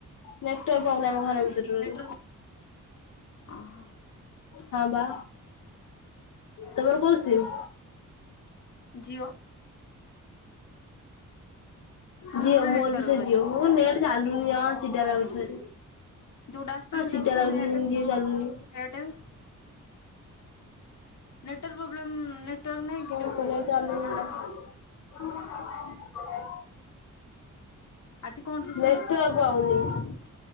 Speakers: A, on the left; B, on the left.
A: ନେଟୱାର୍କ ପାଉନି ଆମ ଘର ଭିତରେ
B: ଓହୋ
A: ଟୋଟାଲି।
B: ନେଟୱାର୍କ ଓହୋ
A: ହଁ ବା, ତମର କୋଉ ସିମ୍?
B: ଜିଓ। ନା
A: ଜିଓ ମୋର
B: ନେଟୱାର୍କ
A: ବି ସେ
B: ରହୁଛି
A: ଜିଓ ମୋର ନେଟ ଚାଲୁନି ଜମା ଚିଡା ଲାଗୁଛି ଭାରି।
B: ଯୋଉଟା ଆସଛି
A: ହଁ
B: ସେଟା
A: ଚିଡା
B: କରିଦଉନ
A: ଲାଗୁଛି
B: ଏୟାରଟେଲ
A: ଯେମିତି ଜିଓ ଚାଲୁନି
B: ଏୟାରଟେଲ। ନେଟୱାର୍କ ପ୍ରୋବ୍ଲେମ୍ ନେଟୱାର୍କ ନାହିଁ
A: କଣ
B: କି ଯଉଁ
A: କରିବା ଚାଲୁନି
B: କଣଟା କୁହନ୍ତି
A: <inaudible>
B: ଆଜି କଣ ରୋଷେଇ
A: ନେଟୱାର୍କ
B: ହେଇଛି?
A: ପାଉନି।